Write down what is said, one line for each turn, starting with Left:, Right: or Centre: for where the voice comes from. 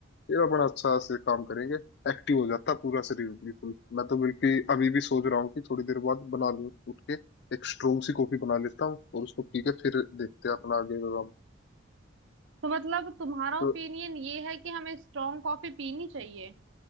Left: फिर अपन अच्छा से काम करेंगे एक्टिव हो जाता पूरा शरीर बिल्कुल मैं तो बिल्कुल अभी भी सोच रहा हूँ कि थोड़ी देर बाद बना लूं उठ के एक स्ट्रोंग सी कॉफी बना लेता हूँ और उसको पी के फिर देखते हैं अपना आगे का काम
Right: तो मतलब तुम्हारा
Left: तो
Right: ओपिनियन ये है कि हमें स्ट्रॉन्ग कॉफी पीनी चाहिए